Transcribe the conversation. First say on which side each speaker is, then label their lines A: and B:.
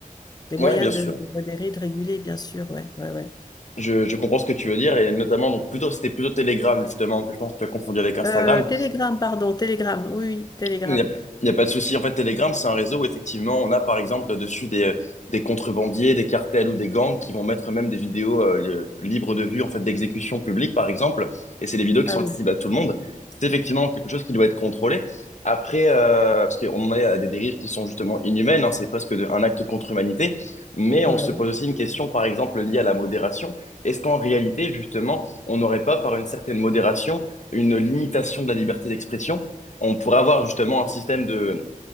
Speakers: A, on the left; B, on the left.
A: Des
B: ouais,
A: moyens
B: bien sûr.
A: de, de modérer, de réguler, bien sûr, ouais, ouais, ouais.
B: Je, je comprends ce que tu veux dire et notamment donc plutôt c'était plutôt Telegram justement que je pense que tu as confondu avec Instagram
A: Euh, Telegram, pardon, Telegram, oui, oui, Telegram.
B: Il n'y a, il y a pas de souci. En fait, Telegram, c'est un réseau où effectivement, on a par exemple dessus des, des contrebandiers, des cartels ou des gangs qui vont mettre même des vidéos euh, li- libres de vue, en fait, d'exécution publique, par exemple. Et c'est des vidéos qui
A: Ah
B: sont
A: oui.
B: accessibles à tout le monde. C'est effectivement quelque chose qui doit être contrôlé. Après, euh, parce qu'on en est à des dérives qui sont justement inhumaines, hein, c'est presque de- un acte contre humanité. Mais on
A: Ah bah
B: se
A: oui.
B: pose aussi une question, par exemple, liée à la modération. Est-ce qu'en réalité, justement, on n'aurait pas, par une certaine modération, une limitation de la liberté d'expression? on pourrait avoir justement un système de,